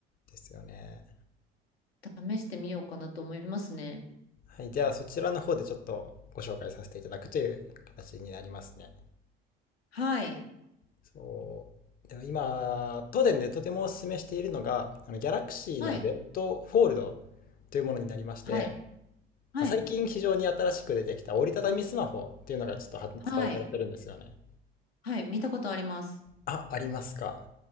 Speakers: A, on the left (about 30°); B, on the left (about 85°).
A: ですよね。
B: 試してみようかなと思いますね。
A: はい、じゃあそちらの方でちょっとご紹介させていただくという形になりますね。
B: はい。
A: そう。でも今、東電でとてもお勧めしているのが、あの Galaxy
B: はい。
A: の Z フォールドというものになりまして、
B: はい。はい。
A: まあ、最近非常に新しく出てきた折りたたみスマホというのがちょっと発売されてるんですよね。
B: はい。はい。見たことあります。
A: あ、ありますか。